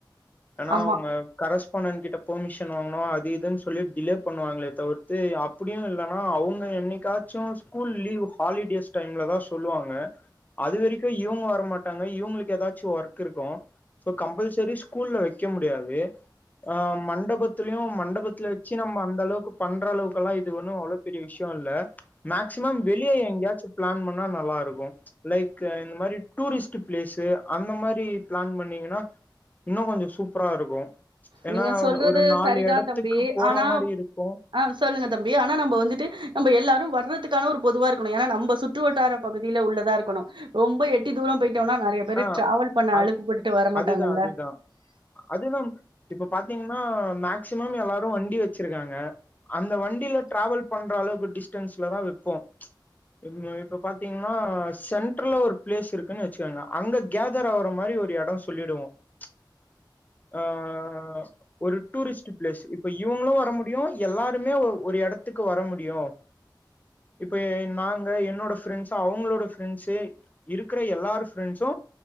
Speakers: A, on the left (about 20°); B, on the right (about 85°).
A: ஏனா
B: ஆமா
A: அவுங்க கரஸ் கரஸ்பாண்டன் கிட்ட பர்மிஷன் வாங்கனு அது இதுன் சொல்லி டிலே பண்ணுவாங்களே தவிர்த்து அப்படியு இல்லனா அவுங் என்னைக்காச்சு ஸ்கூல் லீவ் ஹாலிடேஸ் டைம்லதா சொல்லுவாங்க க்கு இவுங்க வரமாட்டாங்க இவுங்களுக்கு ஏதாச்சு ஒர்க் இருக்கு சோ கம்பல்சரி ஸ்கூல்ல வெக்க முடியாது ஆ மண்டபத்துலயு மண்டபத்துல வெச்சு நம்ம அந்த அளவுக்கு பண்ற அளவுக்குலா இது ஒன்னு அவ்ளோ பெரிய விஷய இல்ல மேக்சிமம் வெளிய எங்கயாச்சு பிளான் பண் ன்னா நல்லா இருக்கு யிடுக்க இந்த மாரி டூரிஸ்ட் பிளேஸி அந்த மாரி பிளான் பண்ணீங்கன்னா இன்னே கொஞ்சோ சூப்பரா இருக்கு ஏன்னா
B: நீங்க சொல்றது
A: ஒரு நாலு
B: சரிதா
A: எடத்துக்கு
B: தம்பி
A: போற
B: ஆனா
A: மாரி இருக்கு
B: ஆ சொல்லுங்க தம்பி ஆனா நம்ப வந்துட்டு நம்ம எல்லாரு வர்றது க்கான ஒரு பொதுவா இருக்கணு நம்ப சுற்று வட்டார பகுதியில உள்ளதா இருக்கணு ரொம்ப எட்டி தூர பேயி னா நெறையா பேரு
A: ஆ
B: டிராவல் பண்ண
A: அ
B: அலுப்பு பட்டுட்டு வரமாட்டாங்கல்ல
A: அதுதா அதுதா அது நம் இப்ப பாத்தீங் ன்னா மேக்சிமம் எல்லாரு வண்டி வச்சிருக்காங்க அந்த வண்டில டிராவல் பண்ற அளவுக் ப்ப டிஸ்டன்ஸ்ல தா வைப்போ ச்சு இப்ப பாத்தீங்கன்னா சென்டரல்ல ஒரு பிளேஸ் இருக்குன்னு வச்சுக்கோங்க அங்க கேதர் ஆவற மாரி ஒரு எட சொல்லிடுவோ ச்சு ஆஹ் ஒரு டூரிஸ்ட் பிளேஸ் இப்ப இவுங்களு வர முடியு எல்லாருமே ஒ ஒரு எடத்துக்கு வர முடியு இப்ப எ நாங் க என்னோட பிரெண்ட்ஸு அவங்களோட பிரெண்ட்ஸு இருக்குற எல்லார் ஃப்ரண்ட்ஸு